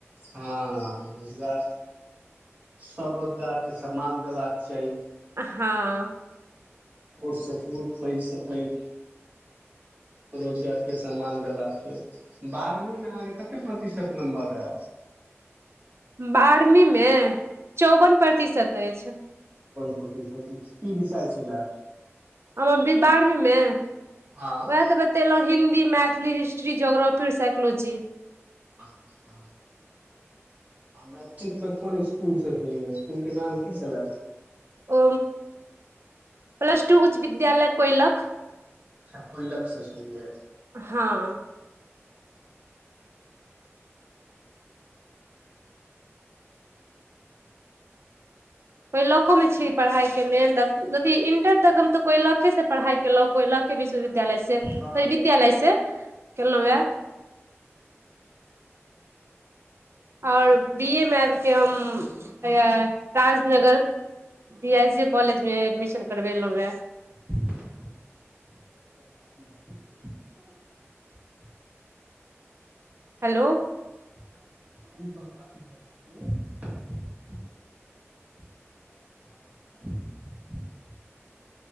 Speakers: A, on the right; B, on the right.
A: हँ रोजगार सब रोजगार के सम्मान देबाक चाही
B: हँ
A: छोटसँ छोट पैघसँ पैघ रोजगारके सम्मान देबाक बारहवींमे अहाँके कते प्रतिशत नम्बर अयल <inaudible> <inaudible>
B: बारहवींमे चौवन प्रतिशत अछि
A: सती सती की बिसया छला
B: हम बारहवीं मे
A: हँ
B: वएह तऽ बतेलहुं हिन्दी मै मैथिली हिस्ट्री जियोग्रफीओ साइकोलॉजी
A: अच्छा आ मैट्रिकमे कोन इसकुल से छलियै इसकुलके नाम की छलए
B: ओ प्लस टू उच्च विद्यालय कोयलक
A: अच्छा पैयलकास चलियै
B: हँ पैयक्लस कोहि लाखोमे छी पढ़ाइ केने अथी इंटर तक हम तऽ कोय लाखेसँ पढ़ाइ केलहुँ कोय लाख विश्वविद्यालय से स
A: पर
B: विद्यालय से केललहुँ वा आओर बी ए मे आबि कऽ हम राजनगर बी एस जे कॉलेजमे एडमिशन करबेलहुँ रहए
A: <inaudible>
B: हेलो
A: हँ बै छै <inaudible>